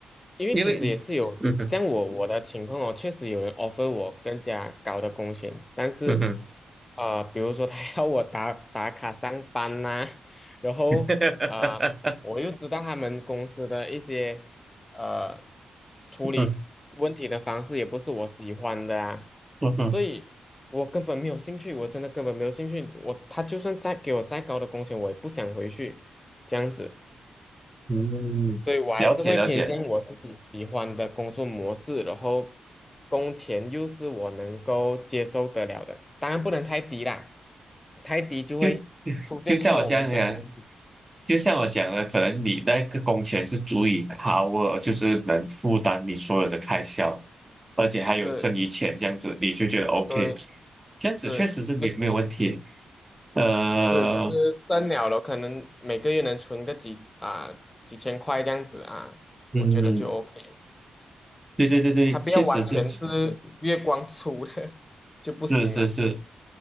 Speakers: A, on the left; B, on the right.
A: 因为其实也是有像我我的情况哦，
B: 因为，嗯哼，
A: 确实有人 offer 我更加高的工钱，但是，
B: 嗯哼，
A: 呃，比如说他 <laughs> 要我打打卡上班呐、然后呃，
B: <laughs>
A: 我又知道他们公司的一些呃处理问题的方式也不是我喜欢的啊，
B: 嗯嗯哼，
A: 所以我根本没有兴趣，我真的根本没有兴趣，我他就算再给我再高的工钱，我也不想回去这样子。
B: <laughs> 嗯，
A: 所以我还是会偏向我自己喜欢的工作模式，
B: 了解了解，
A: 然后工钱又是我能够接受得了的，当然不能太低啦，太低就会出现
B: 就是 <laughs> 就像我这样讲，
A: <laughs> 刚才我们讲的问题。
B: 就像我讲的，可能你那个工钱是足以 cover，就是能负担你所有的开销，而且还有剩余钱这样子，
A: 是，
B: 你就觉得 OK，
A: 对，
B: 这样子确实是没没有问题。
A: 是，就是
B: 呃，
A: 是就是剩了了，可能每个月能存个几啊、几千块这样子啊，
B: 嗯，
A: 我觉得就 OK，
B: 对对对对，
A: 它不要完全是
B: 确实是
A: 月光族的 <laughs> 就不行啦。
B: 是是是，